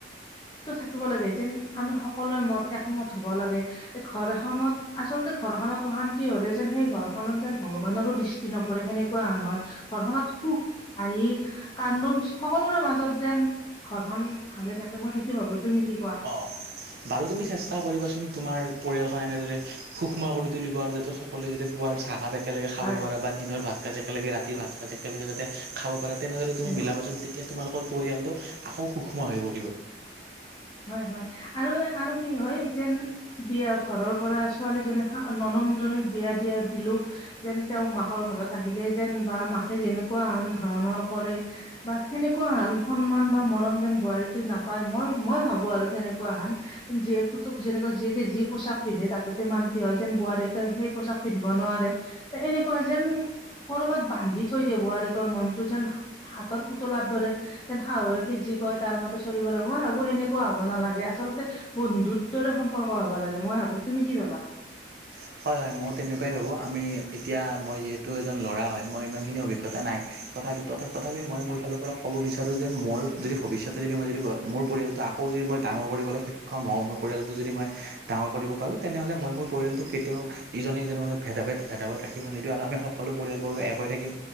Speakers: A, on the left (about 25°); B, on the right (about 55°).
A: থাকিব লাগে, যেন আমি সকলোৱে মত একমত হব লাগে। এই ঘৰ এখনত আচলতে ঘৰখনত অশান্তি হলে যেন সেই ঘৰ ঘৰখনত যেন ভগৱানৰো দৃষ্টি নপৰে, সেনেকুৱা আন হয়। ঘৰখননত সুখ হাহি- কান্দোন সকলোৰে মাজত যেন ঘৰখনন ভালে থাকে মই সেইটো ভাবো। তুমি কি কোৱা
B: অ বাৰু তুমি চেষ্টা কৰিবাচোন, তোমাৰ পৰিয়াল খন এনেদৰে সুক্ষ্ম কৰি তুলিব আৰু যাতে সকলোৱে যাতে পুৱাৰ চাহাপ একেলগে খাব
A: হয়
B: পৰা বা দিনৰ ভাত একেলগে ৰাতিৰ ভাত সাঁজ একেলগে যাতে খাব পাৰে, তেনেদৰে তুমি
A: হেল্ল'
B: মিলাবাচোন। তেতিয়া তোমালোক পৰিয়ালটো আকৌ সূক্ষ্ম হৈ পৰিব।
A: হয়। হয়। আৰু আৰু কি হয়, যেন বিয়া ঘৰৰ পৰা ছোৱালীজননে ননন জন বিয়া দিয়া দিলো, যেন তেওঁক মাকৰ ঘৰত আহিলে যেন বা মাকে যেনেকুৱা আন ধৰণৰ কৰে বা সেনেকুৱা আন সন্মান বা মৰম যেন বোৱাৰী তোৱ নাপায় মই মই ভাবো আৰু তেনেকুৱা হানন জকুটোক যেনেকুৱ জীয়েকেি পোচাক পিন্ধে তাতে মান্ত হয় যেন বোৱোৱাৰী সেই পোচাক পিন্ধব নোৱাৰে, এনেকুৱা যেন কৰবাত বান্ধি থৈ দিয়ে ৱোৱাৰীয়েকৰ মনতটো যেন হাতৰ পুতলাৰ দৰে তেন শাহুেকে যি কয় তাৰ মতে চলিব লাগে মই ভাব সেনেকুৱা হ'ব নালাগে। আচলতে বন্ধুৰ দৰে সম্পৰ্ক হবা লাগে, মই ভাবো। তুমি কি ভাবা?
B: উ <unintelligible> হয়। হয়। মইও তেনেকুৱাই ভাবো। আমি এতিয়া মই যিহেতু এজন ল'ৰা হয়, মই ইমানখিনি অভিজ্ঞতা নাই। তথাপিত তথ তথাপি মই মোৰ ফালৰ পৰা ক'ব বিচাৰোঁ যে মোৰ যদি ভৱিষ্যতে যদি মই যদি মোৰ পৰিয়ালটো আকৌ যদি মই ডাঙৰ কৰিবলৈ সক্ষম হওঁ মোৰ পৰিয়ালটো যদি মই ডাঙৰ কৰিব পাৰো তেনেহ'লে মই মোৰ পৰিয় তেওঁ ইজনে ইজনৰ মাজত ভেদাভেদ ভেদাভদ ৰাখিব নিদিওঁ আৰু আমি সকলো পৰিয়ালবোৰ এক হৈ থাকিম।